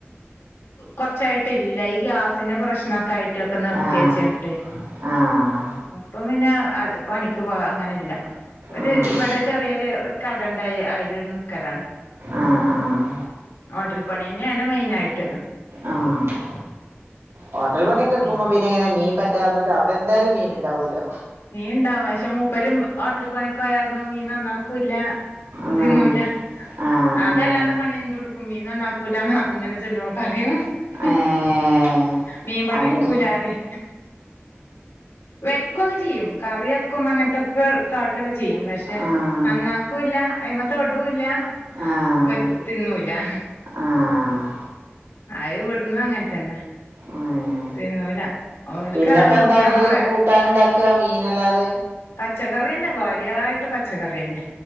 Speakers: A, on the left; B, on the right.
A: കൊർച്ചായിട്ടില്ല ഈ ഗ്യാസിന്റെ പ്രശ്ന ക്കായിട്ടൊക്കെ നിർത്തി
B: ആഹ്
A: വെച്ചിങ്ട്ടെ
B: ആഹ്
A: അപ്പം പിന്നെ പണിക്ക് പോവാ അങ്ങ നെല്ലാ. ഇപ്പൊര്
B: ആഹ്
A: ഇവടെ ചെറിയൊരു കടണ്ട്. അയി അയ്ല് ന് ക്കലാണ്.
B: ആഹ് ആഹ്
A: ഹോട്ടൽ പണ്യെന്നേണ് മെയിനായിട്ട്.
B: ആഹ് ഹോട്ടൽ പണിക്കെട്ക്കുമ്പം
A: പിന്നെ
B: പി ന്നെങ്ങനെ മീൻ പറ്റാതെന്ന്ട്ട് അവിടെന്തായാലും മീൻ ഉണ്ടാവല്ലോ.
A: മീൻണ്ടാവും പക്ഷെ മൂപ്പര് ഹോട്ടൽ പണിക്കോയാ അട്ന്നും മീൻ നന്നാക്കൂല്ലാ.
B: ആഹ്
A: തിന്നൂലാ.
B: ആഹ്
A: അതല്ലാത്ത
B: ആഹ്
A: പണി എന്തുട് ക്കും. മീൻ നന്നാക്കൂലാന്ന് ആദ്യംതന്നെ ചെല്ലുമ്പ പറയും. ഹും
B: ഏഹ്
A: മീൻ പണിട്ക്കൂല
B: അങ്ങ
A: റിം. വെക്കൊക്കെ ചെയ്യും കറി വെക്കും അങ്ങനത്തൊക്കെ കാ ട്ടൊക്കെ ചെയ്യും ക പക്ഷെ
B: ആഹ്
A: നന്നാക്കൂല്ലാ അയ്മെ തൊടൂല്ലാ
B: ആഹ്
A: വെക് തിന്നൂ ല്ലാ.
B: ആഹ്
A: അഹ് ഇവട്ന്നും അങ്ങൻ തന്നെ.
B: ഏഹ്.
A: തിന്നൂല ഓൽക്ക്
B: പിന്നെപ്പെന്താങ്ങള്
A: അത് ഞമ്മള്
B: കൂട്ടാനുണ്ടാക്കാ മീനല്ലാതെ?
A: പച്ചക്കറിയെന്നെ കാര്യായിട്ട് പച്ചക്കറിയെന്നെ.